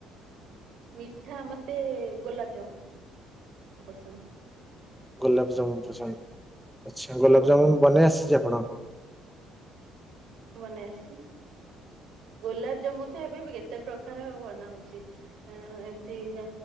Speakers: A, on the right; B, in the centre.
A: ମିଠା ମତେ ଗୋଲାପଜାମୁ ପସନ୍ଦ।
B: ଗୋଲାପଜାମୁନ ପସନ୍ଦ ଆଚ୍ଛା ଗୋଲାପଜାମୁନ ବନେଇ ଆସିଚି ଆପଣ
A: ବନେଇ ଆସଚି। ଗୋଲାପଜାମୁ ତ ଏବେ ବି କେତେ ପ୍ରକାର ବନା ହଉଛି। ଅ ଏମତି ଗା